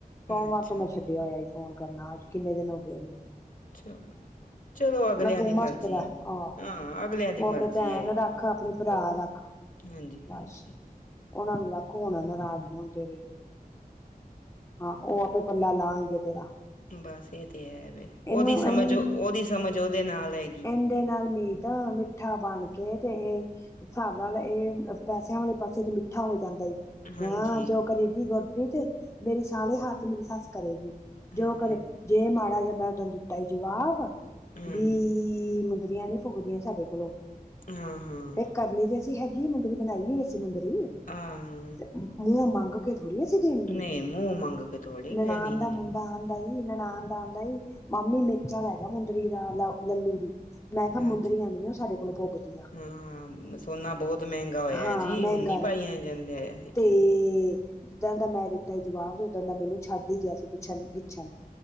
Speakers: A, on the left; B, on the left.
A: ਸੋਮਵਾਰ
B: ਅੱਛਾ
A: ਤੋਂ ਮੈਂ ਛੱਡ ਹੋਇਆ ਸੀ, ਫੋਨ ਕਰਨਾ ਅੱਜ ਕਿੰਨੇ ਦਿਨ ਹੋ ਗਏ।
B: ਚਲੋ ਚਲੋ ਅਗਲਿਆਂ
A: ਉਹ ਤੂੰ
B: ਦੀ
A: ਮਸਤ
B: ਮਰਜ਼ੀ
A: ਰੈ
B: ਹੈ।
A: ਆਹੋ,
B: ਹਾਂ ਅਗਲਿਆਂ ਦੀ
A: ਉਹ ਆਪਣੇ
B: ਮਰਜ਼ੀ
A: ਭੈਣ
B: ਹੈਗੀ
A: ਰੱਖ, ਆਪਣੇ ਭਰਾ ਰੱਖ।
B: ਹਾਂਜੀ-ਹਾਂਜੀ,
A: ਬਸ ਉਹਨਾਂ ਨੂੰ ਵਖ ਹੋਣਾ ਨਾਰਾਜ਼ ਹੋਣ ਤੇਰੇ, ਹਾਂ ਉਹ ਆਪੇ ਪੱਲਾ ਲਾਉਣਗੇ ਤੇਰਾ।
B: ਬਸ ਇਹ ਤੇ ਹੈ, ਵੀ
A: ਇਹਨੂੰ
B: ਉਹਦੀ ਸਮਝ
A: ਇਹਨੂੰ
B: ਉਹਦੀ ਸਮਝ ਉਹਦੇ ਨਾਲ ਹੈਗੀ।
A: ਇਹਦੇ ਨਾਲ ਮੀਤਾ ਮਿੱਠਾ ਬਣ ਕੇ ਤੇ ਇਹ ਹਿਸਾਬ ਨਾਲ ਇਹ ਪੈਸਿਆਂ ਵਾਲੇ ਪਾਸੇ ਤੇ ਮਿੱਠਾ ਹੋ ਜਾਂਦਾ।
B: ਹਾਂਜੀ
A: ਹਾਂ ਜੋ ਕਰੇਗੀ ਗੁਰਪ੍ਰੀਤ, ਮੇਰੀ ਸਾਲੇ ਹਾਰ ਤੇ ਮੇਰੀ ਸੱਸ ਕਰੇਗੀ।
B: ਹੂੰ-ਹੂੰ-ਹੂੰ
A: ਜੋ ਕਰੇ, ਜੇ ਮਾੜਾ ਜਿਹਾ ਮੈਂ ਓਹਨੂੰ ਦਿੱਤਾ ਸੀ ਜਵਾਬ।
B: ਹੂੰ
A: ਵੀਹ ਮੁੰਦਰੀਆਂ ਨੀ ਪੁਗਦੀਆਂ ਸਾਡੇ ਕੋਲੋਂ,
B: ਹਾਂ-ਹਾਂ ਹਾਂ
A: ਤੇ ਕਰਨੀ ਤੇ। ਅਸੀਂ ਹੈਗੀ ਮੁੰਦਰੀ ਬਣਾਈ ਅਸੀਂ ਮੁੰਦਰੀ,
B: ਹਾਂ ਹਾਂ ਹਾਂ
A: ਤੇ ਮੂੰਹ ਮੰਗ ਕੇ ਥੋੜ੍ਹੀ ਅਸੀ। ਦੇਣੀ
B: ਨਹੀਂ
A: ਏ,
B: ਮੂੰਹ ਮੰਗ ਕੇ ਥੋੜੀ
A: ਨਨਾਣ
B: ਕਹਿਣੀ
A: ਦਾ ਮੁੰਡਾ
B: ਹੈ।
A: ਆਣ, ਆਂਉਦਾ ਨਨਾਣ ਨਾਲ ਆਉਦਾ ਈ, ਮਾਮੀ ਮਿਰਚਾ ਲੈ ਜਾ ਮੁੰਦਰੀ ਦਾ ਲਾ। ਲੱਲੂ ਦੀ, ਮੈਂ ਕਿਹਾ ਮੁੰਦਰੀਆਂ
B: ਅੱਛਾ
A: ਨੀ ਉਹ ਸਾਡੇ ਕੋਲੋਂ ਪੁਗਦੀਆਂ।
B: ਹਾਂ ਸੋਨਾ ਬਹੁਤ ਮਹਿੰਗਾ ਹੋਇਆ
A: ਹਾਂ
B: ਹੈ ਜੀ
A: ਮਹਿੰਗਾ,
B: ਹੁਣ ਨੀ ਪਾਈਆਂ ਜਾਂਦੇ ਹੈਗੀਆਂ।
A: ਤੇ, ਜਿਸ ਦਿਨ ਦਾ ਮੈਂ ਦਿੱਤਾ ਏ ਜਵਾਬ, ਤੇ ਓਸ ਦਿਨ ਦਾ ਮੈਨੂੰ ਛੱਡ ਹੀ ਗਿਆ ਸੀ ਪਿੱਛੇ ਨੂੰ ਗਿੱਛਣ।